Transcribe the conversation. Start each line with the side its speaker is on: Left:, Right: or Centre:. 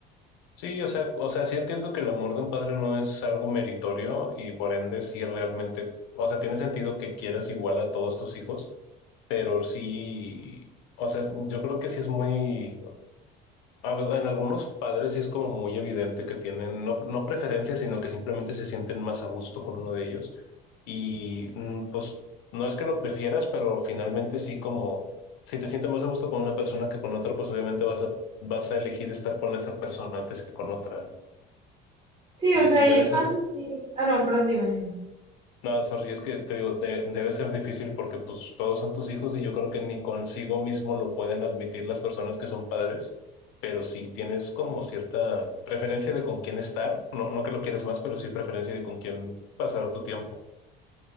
Left: Sí, o sea, o sea, sí entiendo que el amor de un padre no es algo meritorio y por ende sí realmente, o sea, tiene sentido que quieras igual a todos tus hijos, pero sí, o sea, yo creo que sí es muy, A veces, en algunos padres sí es como muy evidente que tienen no, no preferencias, sino que simplemente se sienten más a gusto con uno de ellos. Y mm, pues no es que lo prefieras, pero finalmente sí como si te sientes más a gusto con una persona que con otra, pues obviamente vas a, vas a elegir estar con esa persona antes que con otra.
Right: Sí,
Left: Y,
Right: o sea,
Left: y debe
Right: y es
Left: ser
Right: más así. Ah, no, perdón, dime, dime.
Left: No, sorry, es que te digo, de- debe ser difícil porque pues todos son tus hijos y yo creo que ni consigo mismo lo pueden admitir las personas que son padres, pero si tienes como cierta preferencia de con quién estar, no, no que lo quieras más, pero sí preferencia de con quién pasar tu tiempo.